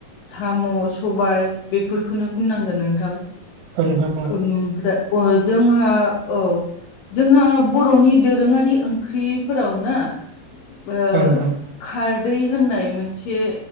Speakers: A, on the left; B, on the right.
A: साम' सबाय बेफोरखौनो बुंनांगोन नोंथां
B: औ नोंथां
A: उमफ्रा जोंहा औ। जोंहा बर'नि दोरोङारि ओंख्रिफोरावना ओ
B: औ नोंथां
A: खारदै होननाय मोनसे